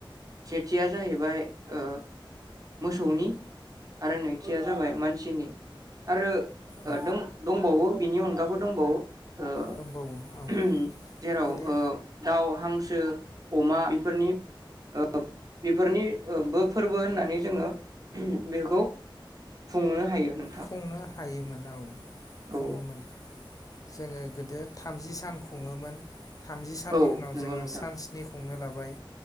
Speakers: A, on the right; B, on the left.
A: सेथिया जाहैबाय ओ मोसौनि आरो नैथिया जाबाय मानसिनि आरो ओ
B: औ
A: दं दं दंबावो बिनि अनगाबो दंबावो ओ
B: दंबावो औ
A: जेराव
B: गोदो
A: ओ दाउ हांसो अमा बेफोरनि-बेफोरनि फोरबो होननानै जोंङो बेखौ खुंनो हायो। नोंथां
B: खुंनो हायोमोन औ
A: औ
B: खुंङोमोन जोंङो गोदो थामजि सान खुंङोमोन। थामजि साननि
A: औ
B: उनाव
A: नंगौ
B: जोंङो
A: नोंथां
B: सान स्नि खुंनो लाब बाय